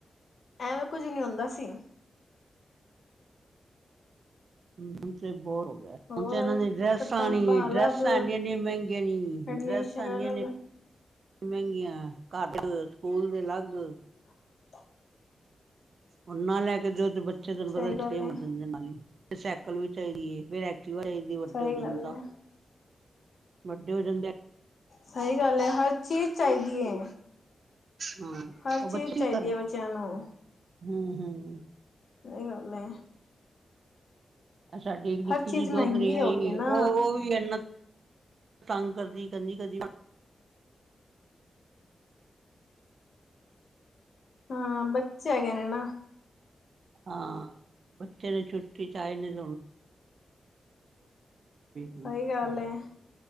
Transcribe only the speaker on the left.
ਐਂਵੇਂ ਕੁੱਝ ਨੀ ਹੁੰਦਾ ਸੀ
ਹੋਰ
ਕਿਤਾਬਾਂ
ਅਲੱਗ
ਐਡਮਿਸ਼ਨ
ਅਲੱਗ
<inaudible>
ਸਹੀ
ਗੱਲ ਏ,
ਸਹੀ
ਗੱਲ
ਏ।
ਸਈ ਗਾੱਲ ਐ, ਹਰ ਚੀਜ਼ ਚਾਈਦੀ ਏ
ਹਰ
ਚੀਜ਼
ਚਾਹੀਦੀ
ਏ ਬੱਚਿਆਂ ਨੂੰ
ਸਈ ਗੱਲ ਏ
ਹਰ ਚੀਜ਼
ਮਹਿੰਗੀ
ਹੋ ਗਈ
ਨਾ
ਹਾਂ, ਬੱਚੇ ਹੈਗੇ ਨੇ ਨਾ
ਸਹੀ ਗੱਲ
ਏ,